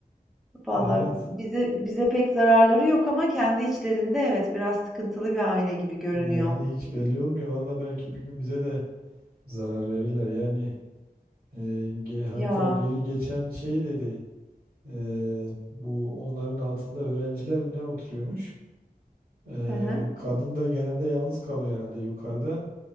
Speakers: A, in the centre; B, on the right (about 65°).
A: Valla
B: Evet.
A: bize bize pek zararları yok ama kendi içlerinde evet biraz sıkıntılı bir aile gibi görünüyor.
B: Yani hiç belli olmuyor. Valla belki bir gün bize de zarar verirler. Yani e, ge- hatta
A: Ya
B: biri geçen şey dedi. e, bu onların altında öğrenciler mi ne oturuyormuş? E,
A: hı hı
B: kadın da genelde yalnız kalıyor herhalde yukarıda.